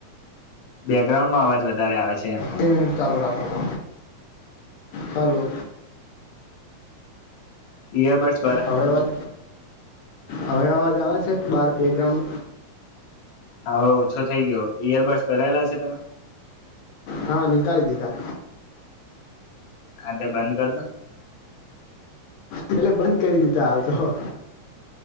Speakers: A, on the left; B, on the left.
A: બેગ્રાઉન્ડમાં અવાજ વધારે આવે છે એમ.
B: બે મિનિટ ચાલુ રાખોતો હલો.
A: ઇયરબડ્સ.
B: હવે અવાજ, હવે અવાજ આવે છે બાર બેગ્રાઉન્ડ
A: હા, હવે ઓછો થઈ ગયો ઈયરબડ્સ ભરાયેલા છે તમે?
B: હા, નિકાળી દીધા.
A: હા, તે બંધ કરદો.
B: એેટલે બંધ કરી દીધા હાલ તો.